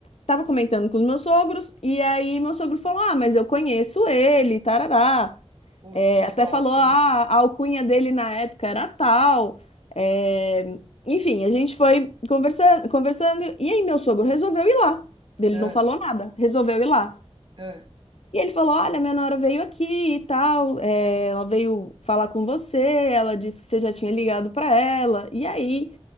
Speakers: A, on the left; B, on the right.
A: tava comentando com os meus sogros, e aí meu sogro falou: Ah, mas eu conheço ele, tarará.
B: Putz,
A: É,
B: que sorte,
A: até falou: Ah,
B: hein?
A: a alcunha dele na época era tal. É, enfim, a gente foi conversando, conversando, e aí meu sogro resolveu ir lá. Ele
B: Ah,
A: não falou nada, resolveu ir lá.
B: ah,
A: E ele falou: Olha, minha nora veio aqui e tal, é, ela veio falar com você, ela disse que você já tinha ligado para ela. E aí